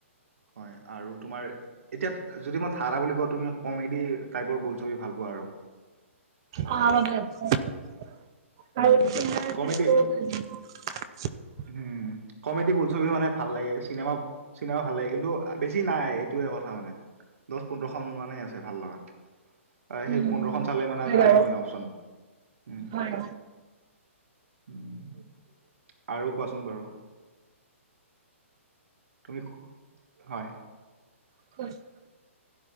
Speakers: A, on the right; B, on the right.
A: হয় আৰু তোমাৰ এতিয়া যদি মই ধাৰা বুলি কওঁ তুমি কমেডী টাইপৰ বোলছবি ভাল পোৱা আৰু।
B: অ <unintelligible> আৰু
A: উম কমেডি
B: <unintelligible>
A: উম, কমেডী বোলছবি মানে ভাল লাগে। চিনেমা চিনেমা ভাল লাগে কিন্তু বেছি নাই এইটোৱে কথা মানে। দছ, পোন্ধৰখন মানে আছে। ভাল নহয়। সেই
B: উম হয়
A: পোন্ধৰখন চালে মানে আৰু
B: বাৰু
A: নায়েই মানে অপচন। উম।
B: হয়
A: উ আৰু কোৱাচোন বাৰু। তুমি সো হয়।
B: <unintelligible>